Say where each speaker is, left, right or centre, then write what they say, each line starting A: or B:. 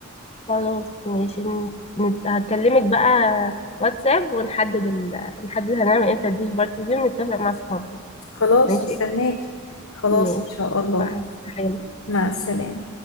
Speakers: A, on the left; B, on the left.
A: خلاص ماشي ن- نت- هكلمك بقى واتساب ونحدد ال... نحدد هنعمل امتى الديش بارتي دي ونتفق مع اصحابنا
B: خلاص
A: ماشي
B: هستناكي خلاص
A: ماشي
B: ان شاء الله
A: مع السلامة
B: مع السلامه